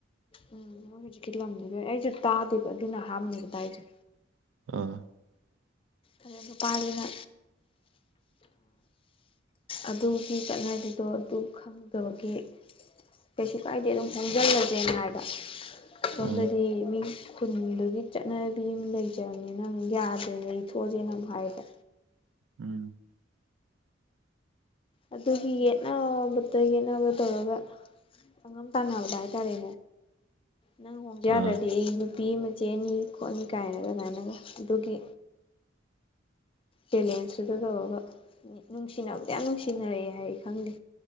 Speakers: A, on the left (about 30°); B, on the right (about 80°).
A: ꯎꯝ ꯃꯣꯏ ꯍꯧꯖꯤꯛꯀꯤ ꯂꯝꯗꯨ ꯂꯣꯏ ꯑꯩꯁꯨ ꯇꯥꯗꯦꯕ ꯑꯗꯨꯅ ꯑꯍꯥꯟꯕꯅꯦ ꯇꯔꯤꯁꯦ
B: ꯑꯥ
A: ꯑꯗꯣ ꯅꯨꯄꯥꯗꯨꯅ ꯑꯗꯨꯒꯤ ꯆꯠꯅꯕꯤꯗꯣ ꯑꯗꯨ ꯈꯪꯗꯕꯒꯤ ꯀꯩꯁꯨ ꯀꯥꯏꯗꯦ ꯑꯗꯨꯝ ꯍꯣꯡꯁꯤꯜꯂꯁꯦꯅ ꯍꯥꯏꯕ ꯁꯣꯝꯗꯗꯤ
B: ꯑꯥ
A: ꯃꯤ ꯈꯨꯟꯗꯨꯒꯤ ꯆꯠꯅꯕꯤ ꯑꯃ ꯂꯩꯖꯕꯅꯤꯅ ꯑꯃꯨꯛ ꯌꯥꯗ꯭ꯔꯦ ꯂꯩ ꯇꯣꯛꯑꯁꯦꯅ ꯍꯥꯏꯕ
B: ꯎꯝ
A: ꯑꯗꯨꯒꯤ ꯌꯦꯠꯅꯕꯕꯨꯠꯇ ꯌꯦꯠꯅꯕ ꯇꯧꯔꯒ ꯑꯪꯉꯝ ꯇꯅꯕꯗꯥ ꯍꯥꯢ ꯇꯔꯦ ꯅꯪ ꯍꯣꯡ ꯌꯥꯔꯗꯤ
B: ꯑꯥ
A: ꯑꯩ ꯅꯨꯄꯤ ꯑꯃ ꯆꯦꯅꯤ ꯈꯣꯠꯅꯤ ꯀꯥꯏꯅ ꯑꯗꯨꯃꯥꯏꯅ ꯑꯗꯨꯒꯤ ꯆꯦꯜꯂꯦꯟꯁꯨ ꯇꯧꯔꯒ ꯅꯨꯡꯁꯤꯅꯕꯗ ꯌꯥꯝ ꯅꯨꯡꯁꯤꯅꯔꯛꯑꯦ ꯍꯥꯏ ꯈꯪꯗꯦ